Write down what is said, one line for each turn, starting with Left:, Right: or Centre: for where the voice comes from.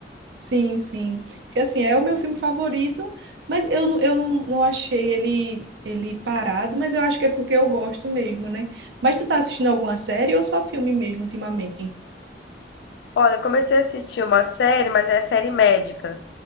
Right: Sim, sim. Porque assim, é o meu filme favorito, mas eu, não- eu não achei ele, ele parado, mas eu acho que é porque eu gosto mesmo, né? Mas tu tá assistindo alguma série ou só filme mesmo ultimamente?
Left: Olha, eu comecei a assistir uma série, mas é série médica.